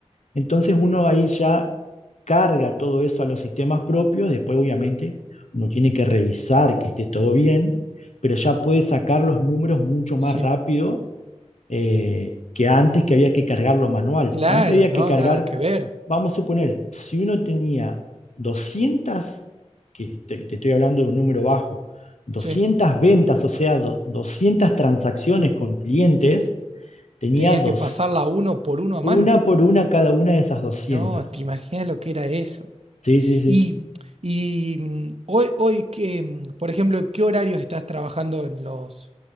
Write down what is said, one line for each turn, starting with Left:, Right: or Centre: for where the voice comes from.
Left: Entonces uno ahí ya carga todo eso a los sistemas propios, después obviamente uno tiene que revisar que esté todo bien, pero ya puede sacar los números mucho
Right: sí.
Left: más rápido eh, que antes que había que cargarlo manual.
Right: Claro,
Left: Antes había
Right: no,
Left: que cargar,
Right: nada que ver.
Left: vamos a suponer, si uno tenía 200, que te, te estoy hablando de un número bajo, doscientas
Right: Sí.
Left: ventas, o sea, do- 200 transacciones con clientes, tenía
Right: Tenías
Left: dos,
Right: que pasarla uno por uno a
Left: una
Right: mano.
Left: por una cada una de esas 200.
Right: No, te imaginas lo que era eso.
Left: Sí, sí, sí.
Right: Y, y mm, hoy, hoy que, mm, por ejemplo, ¿en ¿qué horarios estás trabajando en los,